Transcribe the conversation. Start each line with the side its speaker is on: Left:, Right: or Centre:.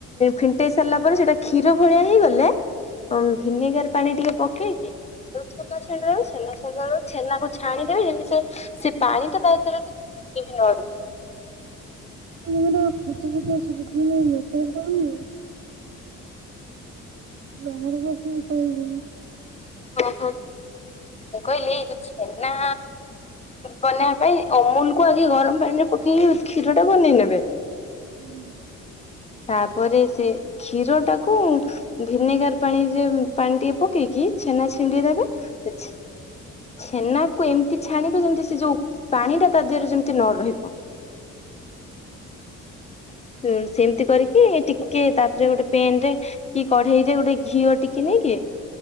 Left: ଫିଣ୍ଟେଇ ସାରିଲା ପରେ ସେଟା କ୍ଷୀର ଭଳିଆ ହେଇଗଲେ ଅଁ- ଭିନେଗାର୍ ପାଣି ଟିକେ ପକେଇକି <unintelligible> ଛେନାକୁ ଛାଣିଦେବେ ଦେବେ ଯେମତି ସେ ପାଣି ଟା ତା ଭିତରେ ଟିକେ ବି ନ ରୁହେ।
Right: <unintelligible> ସେବେଠୁ ମୋ ନେଟୱର୍କ ପାଉନି। ବାହରେ ବସି <unintelligible>
Left: ଓହୋ ମୁଁ କହିଲି ଏଯଉ ଛେନା ବନେଇବା ପାଇଁ ଅମୂଲ୍ କୁ ଆଗେ ଗରମ୍ ପାଣି ରେ ପକେଇକି କ୍ଷୀର ଟା ବନେଇ ନେବେ
Right: ହୁଁ
Left: ତାପରେ ସେ କ୍ଷୀର ଟାକୁ ଭିନେଗାର ପାଣିରେ ପାଣି ଟିକେ ପକେଇକି ଛେନା ଛିଣ୍ଡେଇ ଦେବ। ସେ ଛ୍ ଛେନାକୁ ଏମିତି ଛାଣିବେ ଯେମିତି ସେ ଯୋଉ ପାଣି ଟା ତା ଦେହରେ ଯେମିତି ନ ରହିବ। ଏ ସେମିତି କରିକି ଟିକେ ତାପରେ ଗୋଟେ ପେନ୍ ରେ କି କଢେଇ ରେ ଗୋଟେ ଘିଅ ଟିକେ ନେଇକି